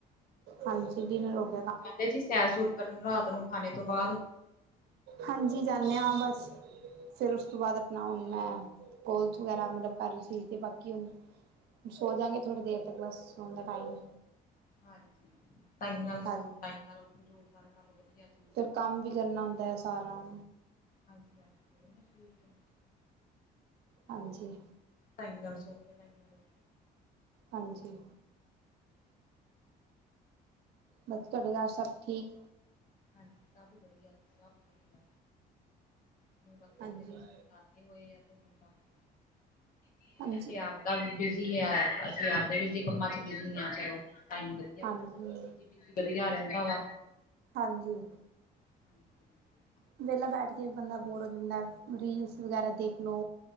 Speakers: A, on the right; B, on the left.
A: ਹਾਂਜੀ, ਡਿਨਰ ਹੋ ਗ
B: ਜਾਦੇ ਜੀ ਸੈਰ-ਸੁਰ ਕਰਨ ਰਾਤ ਨੂੰ ਖਾਣੇ ਤੋਂ ਬਾਦ?
A: ਹਾਂਜੀ ਜਾਨੇ ਆਂ ਬਸ, ਫੇਰ ਓਸ ਤੋਂ ਬਾਦ ਅਪਣਾ ਮੈਂ ਕੋਲਸ
B: ਹਾਂਜੀ
A: ਵਗੈਰਾ ਮਤਲਬ ਕਰ ਰੀ ਸੀ ਤੇ ਬਾ ਕੀ ਹੁਣ, ਸੋ ਜਾਂਗੇ ਥੋੜ੍ਹੀ ਦੇਰ ਤੱਕ ਬਸ ਸੋਣ ਦਾ ਟਾਈਮ
B: ਹਾਂਜੀ, ਟਾਈਮ ਨਾਲ
A: ਹਾਂਜੀ
B: ਸੋਵੋ ਟਾਈਮ ਨਾਲ ਉੱਠ ਜੋ ਸਾਰੇ ਨਾਲੋਂ ਵਧੀਆ। ਚੀਜ਼
A: ਫੇਰ
B: ਹੈ
A: ਕੰਮ ਵੀ ਕਰਨਾ ਹੁੰਦਾ ਸਾਰਾ।
B: ਹਾਂਜੀ-ਹਾਂਜੀ, ਔ ਨਾ ਸ਼ਰੀਫ ਏ।
A: ਹਾਂਜੀ।
B: ਟਾਈਮ ਨਾਲ ਸੋਵੋ ਤੇ ਟਾਈਮ ਨਾਲ ਉ
A: ਹਾਂਜੀ। ਬਸ ਤੁਹਾਡੇ ਘਰ ਸਭ ਠੀਕ?
B: ਹਾਂਜੀ, ਸਭ ਵਧੀਆ ਸਭ। ਵਧੀਆ। <unintelligible>
A: ਹਾਂਜੀ
B: ਬੱਚੇ
A: ਹਾਂਜੀ
B: ਆਵ ਤਾ ਬਿਜੀ ਐ ਅਸੀਂ ਆਪਦੇ ਬਿਜੀ ਕੰਮਾਂ ਚ ਬਿਜੀ ਆ ਚਲੋ, ਟਾਈਮ ਵਧੀਆ
A: ਹਾਂਜੀ
B: ਬਿਜੀ ਵਧੀਆ ਰੈੰਦਾ ਵਾ।
A: ਹਾਂਜੀ।
B: ਹਾਂਜੀ ਹਾਂਜੀ
A: ਵੇਲਾ ਬੈਠ ਕੇ ਵੀ ਬੰਦਾ ਬੋਰ ਹੋ ਜਾਂਦਾ, ਰੀਲਸ ਵਗੈਰਾ ਦੇਖ ਲੋ